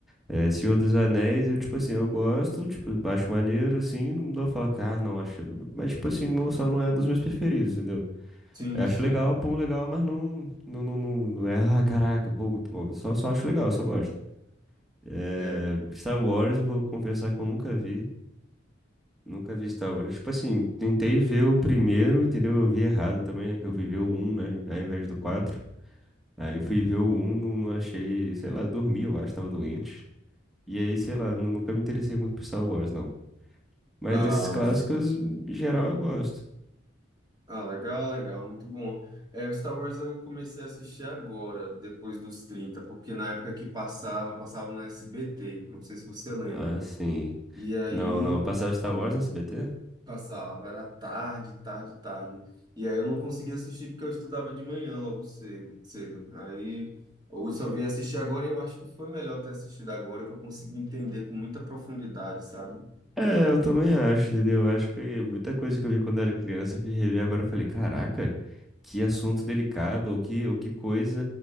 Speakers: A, in the centre; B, on the right.
A: É, Senhor dos Anéis, eu, tipo assim, eu gosto, tipo, acho maneiro, assim, não dou falar, que, ah, não, acho. Mas, tipo assim, não, só não é dos meus preferidos, entendeu?
B: Sim,
A: Eu acho
B: sim.
A: legal, pum, legal, mas não, não, não, não, não é, ah, caraca, pô, muito bom. Só, só acho legal, só gosto. É,
B: É.
A: Star Wars, eu vou confessar que eu nunca vi. Nunca vi Star Wars. Tipo assim, tentei ver o primeiro, entendeu? Eu vi errado também, né? Que eu fui ver o 1, né? Ao invés do 4. Aí fui ver o 1, não, não achei, sei lá, dormi, eu acho, tava doente. E aí, sei lá, nu- nunca me interessei muito por Star Wars, não. Mas
B: Ah,
A: desses clássicos, em geral, eu gosto.
B: ah, legal, legal, muito bom. É, o Star Wars eu comecei a assistir agora, depois dos 30 porque na época que passava, passava no SBT, não sei se você lembra.
A: Ah, sim.
B: E aí
A: Não, não, passava Star Wars no SBT?
B: Passava, era tarde, tarde, tarde. E aí eu não conseguia assistir porque eu estudava de manhã logo cedo, cedo. Aí eu só vim assistir agora e eu acho que foi melhor ter assistido agora que eu consegui entender com muita profundidade, sabe?
A: É, eu também acho, entendeu? Eu acho que muita coisa que eu vi quando eu era criança, eu fui rever agora e falei, caraca, que assunto delicado, ou que, ou que coisa,